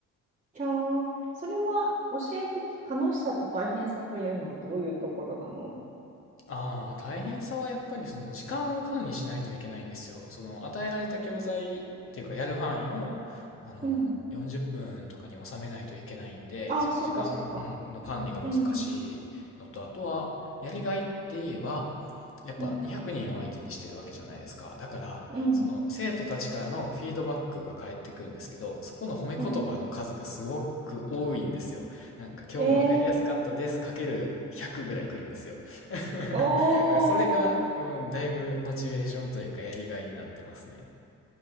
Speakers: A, on the right (about 25°); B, on the left (about 45°).
A: じゃあ、それは教えて楽しさと大変さというのはどういうところなの
B: ああ、大変さはやっぱりその時間を管理しないといけないんですよ。その与えられた教材っていうかやる範囲をあの40分とかに収めないといけないんで、
A: うん。あ、
B: その時間、
A: そっかそっか。
B: うんの管理が難しいのと、
A: うん。
B: あとはやりがいで言えば、やっぱ200人を相手にしてるわけじゃないですか。
A: うん。
B: だから、
A: うん。
B: その生徒たちからのフィードバックが返ってくるんですけど、そこの褒め言葉の数がすごく多いんですよ。
A: うん。
B: なんか今日もわかりやすかったです、
A: えー。
B: かける100ぐらい来るんですよ。<laughs>
A: おー。
B: それが、うん、だいぶモチベーションというかやりがいになってますね。